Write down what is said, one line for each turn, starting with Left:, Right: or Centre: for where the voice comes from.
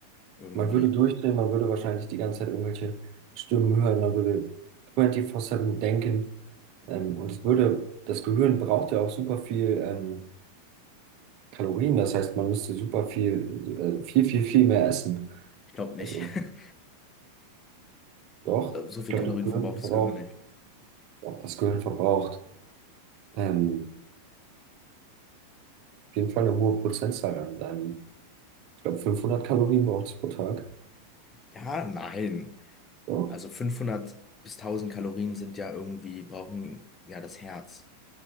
Left: Irgendwie.
Right: man würde durchdrehen, man würde wahrscheinlich die ganze Zeit irgendwelche Stimmen hören, man würde 24/7 denken. Ähm, und es würde, das Gehirn braucht ja auch super viel ähm, Kalorien, das heißt, man müsste super viel, äh, viel, viel, viel mehr essen.
Left: Ich glaube nicht.
Right: Also
Left: <laughs>
Right: Doch,
Left: So viel
Right: ich glaube,
Left: Kalorien
Right: das Gehirn
Left: verbraucht das
Right: verbraucht,
Left: Gehirn nicht.
Right: doch, das Gehirn verbraucht ähm, auf jeden Fall eine hohe Prozentzahl an deinem. Ich glaube, 500 Kalorien braucht es pro Tag.
Left: Ja, nein.
Right: Doch,
Left: Also 500 bis 1000 Kalorien sind ja irgendwie, brauchen ja das Herz.